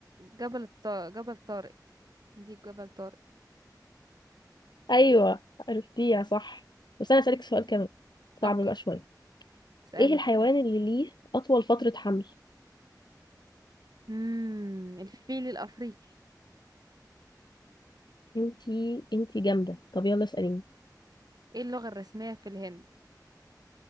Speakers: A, on the right; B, on the left.
A: جبل الطارق جبل طارق دي جبل طارق
B: أيوة عرفتيها صح بس أنا هسألك سؤال كمان صعب
A: أوكي
B: بقى شوية
A: اسألي
B: إيه الحيوان
A: اسألي
B: اللي ليه أطول فترة حمل
A: مم الفيل الأفريقي
B: انتي انتي جامدة طب يلا اسأليني
A: ايه اللغة الرسمية في الهند